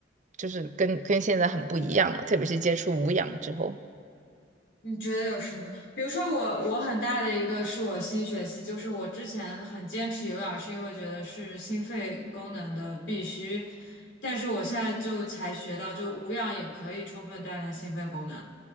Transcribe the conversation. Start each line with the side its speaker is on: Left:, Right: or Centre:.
Right: 就是跟跟现在很不一样了，特别是接触无氧之后。
Left: 你觉得有什么？比如说我，我很大的一个是我新学习，就是我之前很坚持有氧，是因为觉得是心肺功能的必须，但是我现在就才学到，就无氧也可以充分锻炼心肺功能。